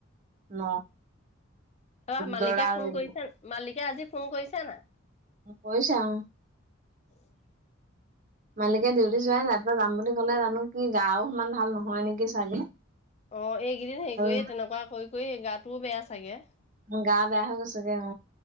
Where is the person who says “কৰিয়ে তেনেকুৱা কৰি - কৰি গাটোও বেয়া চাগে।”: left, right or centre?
Left